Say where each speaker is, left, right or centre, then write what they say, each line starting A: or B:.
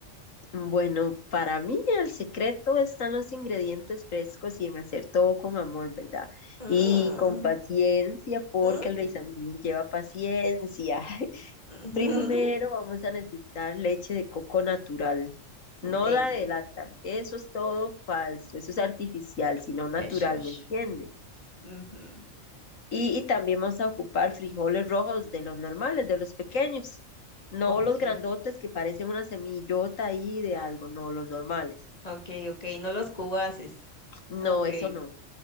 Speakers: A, on the left; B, on the left.
A: Bueno, para mí el secreto están los ingredientes frescos y en hacer todo con amor, ¿verdad?
B: Mm,
A: Y con paciencia, porque
B: mm,
A: el
B: ujú,
A: Luis lleva paciencia. <laughs>
B: mm,
A: Primero
B: <laughs>
A: vamos a necesitar leche de coco natural, no
B: deli,
A: la de lata. Eso es todo falso, eso es artificial, sino natural,
B: pechos.
A: ¿me entiende?
B: Ujú.
A: Y, y también vamos a ocupar frijoles rojos de los normales, de los pequeños, no
B: Ok,
A: los grandotes que parecen una semillota ahí de algo, no, los normales.
B: ok, ok, no los cubaces.
A: No,
B: Ok.
A: eso no,